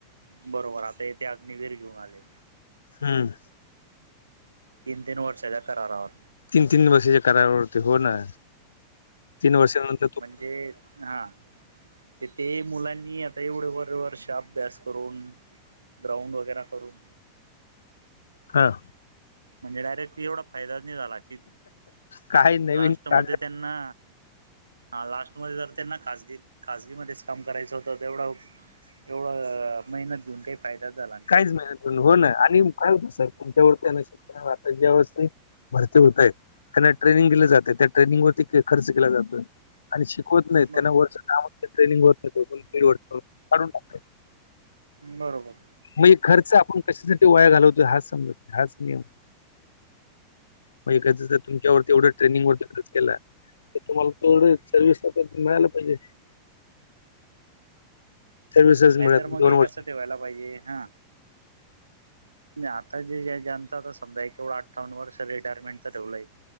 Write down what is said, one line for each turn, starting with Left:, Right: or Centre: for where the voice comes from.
Right: बरोबर आता येथे अग्निवीर घेऊन आले.
Left: हम्म.
Right: तीन तीन वर्षाच्या करारावर
Left: तीन तीन वर्षाच्या करारा वरती हो ना तीन वर्षा नंतर
Right: म्हणजे हा. तिथे मुलांनी आता एवढे बरे वर्ष अभ्यास करून. ग्राउंड वगैरे करून.
Left: हं
Right: म्हणजे डायरेक्ट एवढा फायदाच नाही झाला की
Left: काही नवीन
Right: लास्ट मध्ये
Left: काढ
Right: त्यांना. हा लास्टमध्ये जर त्यांना खजगी खाजगी मध्येच काम करायचं होतं तेवढं एवढं मेहनत घेऊन काही फायदाच झाला. नाही
Left: काहीच मेहनत घेऊन आणि उकळस होतस तेवढ व्यवस्थित भरती होतय त्यांना ट्रेनिंग दिले जाते त्या ट्रेनिंग वरती खर्च केला जातोय आणि. होत नाही त्यांना
Right: बरोबर
Left: वरचं काम होत ट्रेनिंग होत न होती म्हणून काढुन टाकलं
Right: बरोबर
Left: मी खर्च आपण कशासाठी वाया घालवतो हाच समजतो हाच नियम. मग एखाद्याच्या तुमच्यावरती एवढं ट्रनिंग वरती खर्च केला. तर तुम्हाला तेवढ सर्विस मिळायला पाहिजे. सर्व्हिसेस मिळत
Right: नाही तर मग
Left: दोन
Right: हे
Left: वर्ष
Right: कसं ठेवायला पाहिजे हा आता जे जनता आता समजा एवढं अठ्ठान्न वर्ष रिटायरमेंटच ठेवलंय.